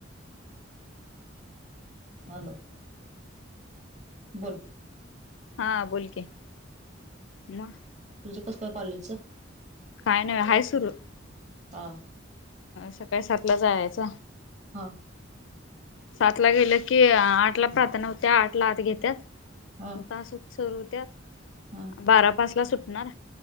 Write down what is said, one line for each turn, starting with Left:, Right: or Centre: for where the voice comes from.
Right: हॅलो बोल
Left: हा बोल की म
Right: तुझं कसं काय कॉलेजचं
Left: काय नाही बाय हाय सुरू
Right: आ
Left: सकाळी सातला जायाचं.
Right: आ
Left: सातला गेलं की आठला प्रार्थना होत्या आठला आत घेत्यात
Right: हा
Left: तास हो- सुरू होत्या,
Right: हा
Left: बारा पाचला सुटणार